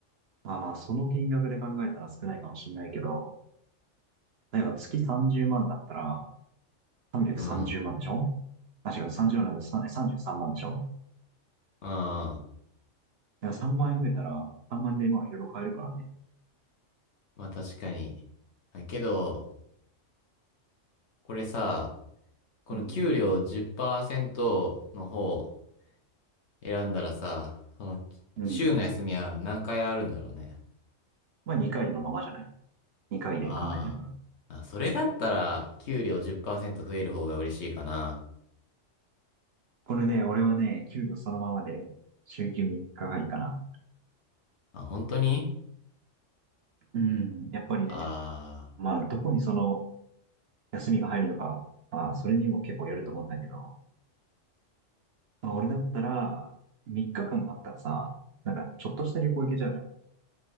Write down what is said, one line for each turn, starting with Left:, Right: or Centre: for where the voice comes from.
Right: まあまあその金額で考えたら少ないかもしれないけど、例えば月30万だったら330万でしょ
Left: うん。
Right: あ、違う、30万だと3 33万でしょ
Left: ああ、
Right: でも3万円増えたら3万円で今いろいろ買えるからね。
Left: まあ確かに。あけど、これさ、この給料10%
Right: うん。
Left: の方選んだらさ、その、
Right: うん。
Left: 週の休みは何回あるんだろうね。
Right: まあ2回のままじゃない ?2 回で考えてるから。
Left: あーまあ、それだったら給料10%増える方が嬉しいかな。
Right: これね、俺はね、給料そのままで週休3日がいいかな。
Left: あ、本当に
Right: うん、やっぱりね、
Left: ああー。
Right: まあ、どこにその休みが入るのか、まあ、それにも結構よると思うんだけど、まあ、俺だったら、3日間あったらさ、なんか、ちょっとした旅行行けちゃうじゃん。